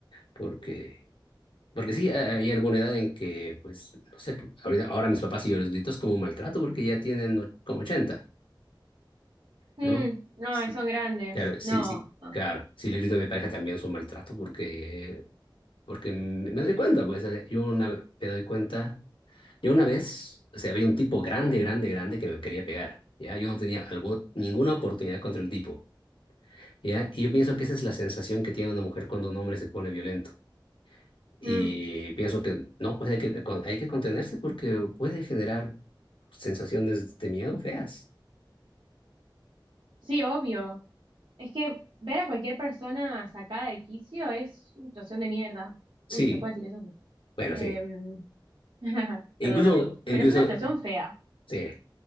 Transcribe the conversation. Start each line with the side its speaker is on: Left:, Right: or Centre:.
Left: Porque, porque sí, hay hay alguna edad en que, pues, no sé, ahorita, ahora mis papás y yo les grito es como un maltrato porque ya tienen o- como ochenta
Right: Mm,
Left: ¿no?
Right: no,
Left: Sí.
Right: son grandes.
Left: Claro,
Right: No.
Left: sí, sí.
Right: no.
Left: Claro, si le grito a mi pareja también es un maltrato porque porque me me doy cuenta, pues, eh, yo una, me doy cuenta, yo una vez, o sea, había un tipo grande, grande, grande que me quería pegar, ¿ya? Yo no tenía algo- ninguna oportunidad contra el tipo, ¿ya? Y yo pienso que esa es la sensación que tiene una mujer cuando un hombre se pone violento. Y
Right: Mm,
Left: pienso que no, pues hay que, con- hay que contenerse porque puede generar sensaciones de miedo feas.
Right: sí, obvio. Es que ver a cualquier persona sacada de quicio es una situación de mierda.
Left: Sí,
Right: Uy, se puede decir eso. Sí.
Left: bueno,
Right: Em,
Left: sí.
Right: <laughs>
Left: Incluso,
Right: perdóname.
Left: incluso,
Right: Pero es una situación fea.
Left: sí,